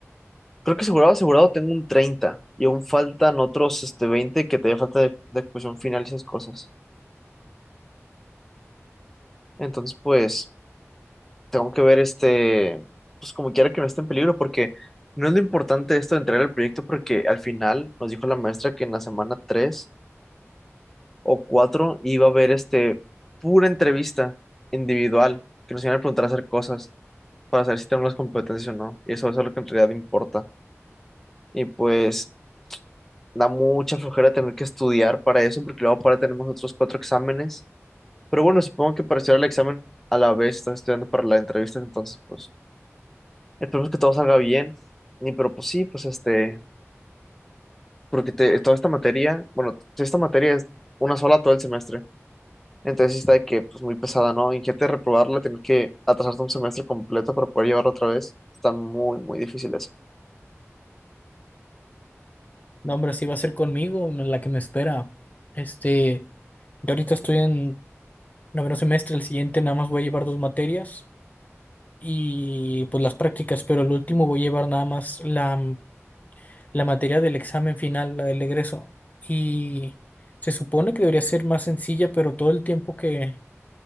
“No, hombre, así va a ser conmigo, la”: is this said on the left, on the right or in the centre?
Left